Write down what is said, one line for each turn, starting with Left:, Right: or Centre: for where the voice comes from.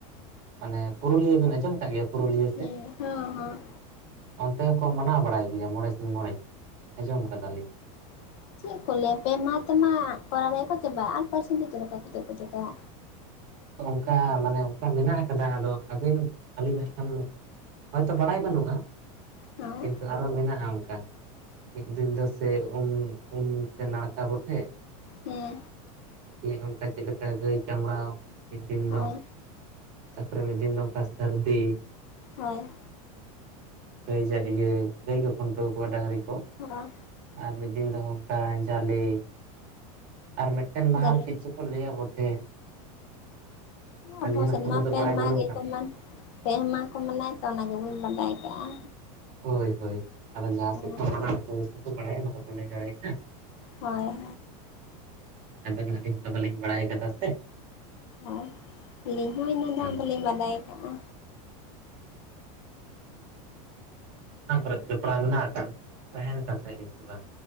Right: ᱢᱟᱱᱮ ᱯᱩᱨᱩᱞᱤᱭᱟᱹ ᱵᱤᱱ ᱟᱸᱡᱚᱢ ᱟᱠᱟᱜ ᱜᱤᱭᱟ ᱯᱩᱨᱩᱞᱤᱭᱟᱹ
Left: ᱦᱮᱸ
Right: ᱥᱮᱫ
Left: ᱦᱚᱸ ᱦᱚᱸ
Right: ᱚᱱᱛᱮ ᱦᱚᱸᱠᱚ ᱢᱟᱱᱟᱣ ᱵᱟᱲᱟᱭ ᱜᱮᱭᱟ ᱢᱚᱬᱮ ᱥᱤᱧ ᱢᱚᱬᱮ ᱟᱸᱡᱚᱢ ᱟᱠᱟᱫᱟᱞᱤᱧ
Left: <inaudible> ᱪᱮᱫ ᱠᱚ ᱞᱟᱹᱭᱟ ᱯᱮ ᱢᱟᱦᱟ ᱛᱮᱢᱟ ᱥᱚᱦᱚᱨᱟᱭ ᱠᱚ ᱪᱟᱵᱟᱜᱼᱟ ᱟᱨ ᱯᱟᱹᱨᱥᱤ ᱫᱚ ᱪᱮᱫ ᱞᱮᱠᱟ ᱠᱟᱛᱮᱫ ᱠᱚ ᱪᱤᱠᱟᱭᱟ
Right: ᱚᱱᱠᱟ ᱢᱟᱱᱮ ᱚᱱᱠᱟ ᱢᱮᱱᱟᱜ ᱟᱠᱟᱫᱟ᱾ ᱟᱫᱚ ᱟᱹᱵᱤᱱ ᱟᱹᱞᱤᱧ ᱱᱟᱜ ᱠᱷᱟᱱ ᱦᱳᱭᱛᱳ ᱵᱟᱲᱟᱭ ᱵᱟᱹᱱᱩᱜᱼᱟ
Left: ᱦᱳᱭ
Right: ᱠᱤᱱᱛᱩ ᱟᱨᱚ ᱢᱮᱱᱟᱜᱼᱟ ᱚᱝᱠᱟ ᱢᱤᱫ ᱫᱤᱱ ᱫᱚ ᱥᱮ ᱩᱢ, ᱩᱢ ᱥᱮ ᱱᱟᱲᱠᱟ ᱵᱚᱴᱷᱮ
Left: ᱦᱮᱸ
Right: <unintelligible> ᱚᱱᱠᱟ ᱪᱮᱫ ᱞᱮᱠᱟ ᱜᱟᱹᱭ ᱪᱟᱢᱲᱟᱣ ᱢᱤᱫ ᱫᱤᱱ
Left: ᱦᱳᱭ
Right: ᱫᱚ ᱛᱟᱯᱚᱨᱮ ᱢᱤᱫ ᱫᱤᱱ ᱫᱚ ᱚᱱᱠᱟ ᱥᱟᱹᱨᱫᱤ
Left: ᱦᱳᱭ
Right: ᱜᱟᱹᱭ ᱡᱟᱜ ᱤᱭᱟᱹ ᱜᱟᱹᱭ ᱠᱚ ᱠᱷᱩᱱᱴᱟᱹᱣ ᱠᱚᱣᱟ ᱰᱟᱝᱨᱤ ᱛᱚ
Left: ᱦᱳᱭ
Right: ᱟᱨ ᱢᱤᱫ ᱫᱤᱱ ᱫᱚᱝᱠᱟ ᱡᱟᱞᱤ ᱟᱨ ᱢᱤᱫᱴᱮᱱ ᱢᱟᱦᱟᱞ
Left: ᱡᱟᱞᱮ
Right: ᱪᱮᱫ ᱪᱚ ᱠᱚ ᱞᱟᱹᱭᱟ ᱵᱚᱴᱷᱮ
Left: ᱟᱵᱚ
Right: ᱟᱹᱞᱤᱧ ᱦᱟᱸᱜ
Left: ᱥᱮᱱ
Right: ᱠᱷᱟᱱ
Left: ᱢᱟ
Right: ᱫᱚ
Left: ᱯᱮ
Right: ᱵᱟᱲᱟᱭ
Left: ᱢᱟᱦᱟᱸ
Right: ᱵᱟᱹᱱᱩᱜ
Left: ᱜᱮ
Right: ᱟᱠᱟᱫ
Left: ᱠᱚ ᱢᱟᱱ ᱯᱮ ᱢᱟᱦᱟ ᱠᱚ ᱢᱮᱱᱟᱣᱼᱟ ᱛᱚ ᱚᱱᱟ ᱜᱮ ᱵᱚᱱ ᱵᱟᱰᱟᱭ ᱠᱟᱜᱼᱟ᱾
Right: ᱦᱳᱭ ᱦᱳᱭ᱾ ᱟᱫᱚ ᱡᱟᱦᱟᱸ
Left: ᱦᱳᱭ
Right: ᱥᱮᱫ ᱠᱚ ᱢᱟᱱᱟᱣ ᱵᱟᱲᱟᱭᱟ ᱚᱱᱟ ᱫᱚᱠᱚ ᱞᱟᱹᱭ ᱫᱟᱲᱮᱭᱟᱜᱼᱟ᱾
Left: ᱦᱳᱭ
Right: ᱟᱵᱮᱱ ᱟᱹᱞᱤᱧ ᱛᱚ ᱵᱟᱞᱤᱧ ᱵᱟᱲᱟᱭ ᱠᱟᱫᱟ ᱥᱮ
Left: ᱟᱨ ᱟᱹᱞᱤᱧ ᱦᱚᱸ ᱤᱱᱟᱜ ᱜᱟᱱ
Right: ᱦᱩᱸ
Left: ᱵᱟᱹᱞᱤᱧ ᱵᱟᱰᱟᱭ ᱠᱟᱜᱼᱟ᱾
Right: ᱚᱱᱟ ᱠᱚᱨᱮ ᱡᱚᱯᱲᱟᱣ ᱢᱮᱱᱟᱜ ᱟᱠᱟᱫ ᱛᱟᱦᱮᱱ ᱠᱟᱱ ᱛᱟᱦᱮᱸᱫ ᱵᱤᱱ ᱥᱮ ᱵᱟᱝ